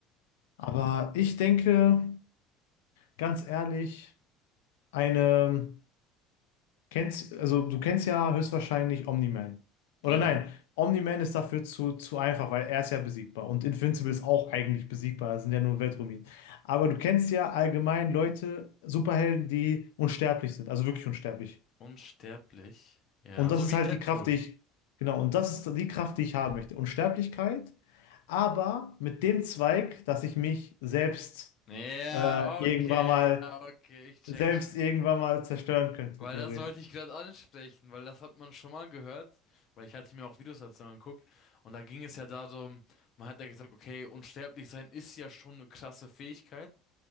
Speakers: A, on the left (about 85°); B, on the left (about 50°).
A: Aber ich denke, ganz ehrlich, eine, kennst, also du kennst ja höchstwahrscheinlich Omni-Man.
B: Ja.
A: Oder nein, Omni-Man ist dafür zu, zu einfach, weil er ist ja besiegbar und Invincible ist auch eigentlich besiegbar, das sind ja nur Weltruinen. Aber du kennst ja allgemein Leute, Superhelden, die unsterblich sind, also wirklich unsterblich.
B: Unsterblich. Ja,
A: Und das
B: so
A: ist
B: wie
A: halt
B: Deadpool.
A: die Kraft, die ich, genau, und das ist die Kraft, die ich haben möchte. Unsterblichkeit, aber mit dem Zweig, dass ich mich selbst
B: Ja,
A: äh, irgendwann
B: okay,
A: mal,
B: ja, okay, ich check's.
A: selbst irgendwann mal zerstören könnte,
B: Weil
A: theoretisch.
B: das wollte ich gerade ansprechen, weil das hat man schon mal gehört, weil ich hatte mir auch Videos dazu angeguckt und da ging es ja darum, man hat ja gesagt, okay, unsterblich sein ist ja schon eine krasse Fähigkeit,